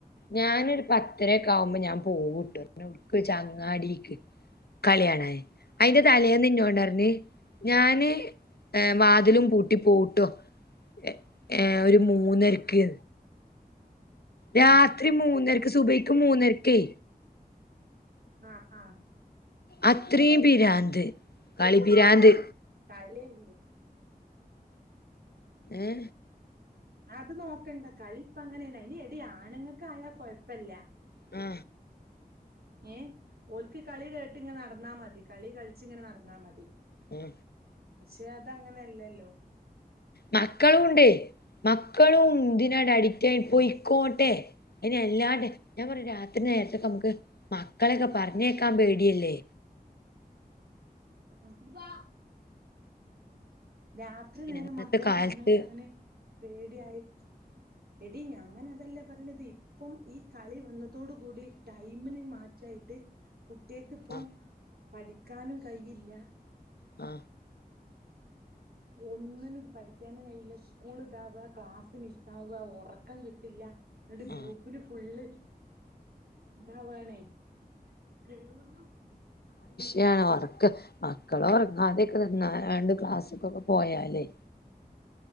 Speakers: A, on the left; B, on the right.
A: ഞാനൊരു പത്തര ഒക്കെ ആകുമ്പോ ഞാൻ പോവൂട്ട് എവിടുക്ക് അങ്ങാടിക്ക് കളി കാണാൻ അതിന്റെ തലേന്നു ഒണ്ടാർന്നി
B: ഉം
A: ഞാന് എ വാതിലും പൂട്ടി പോവും ട്ടോ എ ഏ ഒരു മൂന്നരക്ക് രാത്രി
B: ഉം
A: മൂന്നരക്ക് സുബൈക്ക് മൂന്നരക് ക്കെ
B: ആ ആ
A: അ ത്രയും പിരാന്ത് കളി പിരാന്ത്
B: കളീം
A: ഏ
B: അത് നോക്കണ്ട കളിപ്പങ്ങനെണ് അയ്‌ന് എടീ ആണുങ്ങക്ക് ആയാ കൊഴപ്പല്ല
A: ആ
B: ഏ ഓൽക്ക് കളി കേട്ട്ങ്ങനെ നട ന്നാ മതി കളി കളിച്ച്ങ്ങനെ നടന്നാ മതി
A: ഉം
B: ക്ഷെ അത് അങ്ങനെയല്ലല്ലോ
A: മക്കളുംണ്ടേ മക്കളും ഇതിനായിട്ട് അഡിറ്റായി പോയി ക്കോട്ടെ അയ്ന്ല്ലാണ്ട് ഞാൻ പറഞ് രാത്രി നേരത്തൊക്കെ നമുക്ക് മക്കളെയൊക്കെ പറഞ്ഞേക്കാ പേടിയല്ലേ
B: ഉപ്പാ രാത്രി നേരം
A: ഇന്നത്തെ
B: മക്കളെ
A: കാലത്ത്
B: പറഞ്ഞേക്കാന് പേടിയായി എടീ ഞാന് പറഞ്ഞത് ഇപ്പം ഈ കളി ന്നതോടുകൂടി ടൈമിന് മാ ച്ചയ്ട്ട് കു ട്ടേക്ക്പ്പം
A: ആ
B: പടി ക്കാനും കഴിയില്ല
A: ആ
B: ഒന്നിനും പഠിക്കാനും കഴിയില്ല സ്കൂൾ ഇതാവ ക്ലാസ് മിസ്സാവ ഉറക്കം കിട്ടില്ല ന്നട്ട് ഗ്രൂപ്പില്
A: ആ
B: ഫുള്ള് താ വാണെയ് <unintelligible>
A: യാണ് ഒറക്ക് മക്കളോറങ്ങാതെ നിന്നാണ്ട് ക്ലാസ്സ്ക്കൊക്കെ പോയാലേ